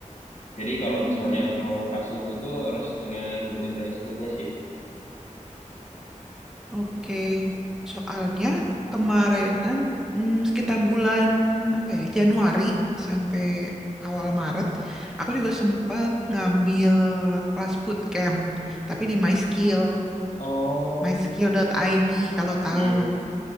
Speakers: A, on the left; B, in the centre.
A: Jadi
B: Hmm,
A: kalau misalnya mau passing itu harus nge- nentuin dari skillnya sih.
B: oke. Soalnya kemarinan hmm, sekitar bulan apa ya Januari sampai awal Maret, aku juga sempat ngambil kelas bootcamp, tapi di MySkill,
A: Oh,
B: myskill.id kalau tahu.
A: hmm,